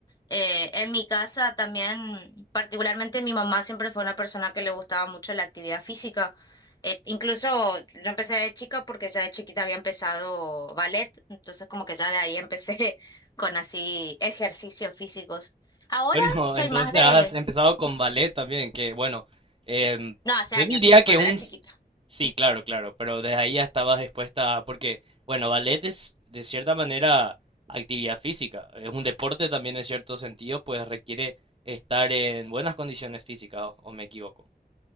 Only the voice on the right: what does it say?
Bueno,
<laughs> entonces
has empezado con ballet también, que bueno, em,
yo
diría que
un...
Sí, claro, claro, pero desde ahí ya estabas expuesta, a- porque bueno, ballet es de cierta manera actividad física, es un deporte también en cierto sentido, pues requiere estar en buenas condiciones físicas, o, o me equivoco.